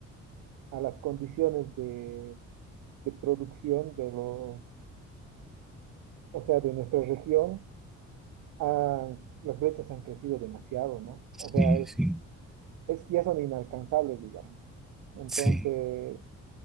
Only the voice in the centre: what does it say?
Sí,
sí,
sí,